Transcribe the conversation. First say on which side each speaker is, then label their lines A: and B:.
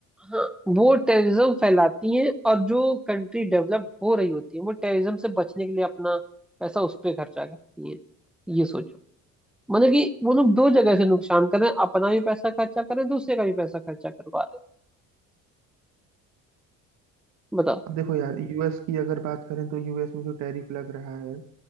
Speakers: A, in the centre; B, on the right.
A: हाँ वो टेररिज्म फैलाती हैं और जो कंट्री डेवलप हो रही होती है वो टेररिज्म से बचने के लिए अपना पैसा उस पे खर्चा करती है ये सोचो मतलब कि वो लोग दो जगह से नुकसान कर रहे हैं अपना भी पैसा खर्चा कर रहे हैं दूसरे का भी पैसा खर्चा करवा रहे हैं बताओ
B: अब देखो यार यूएस की अगर बात करें तो यूएस में जो टैरिफ लग रहा है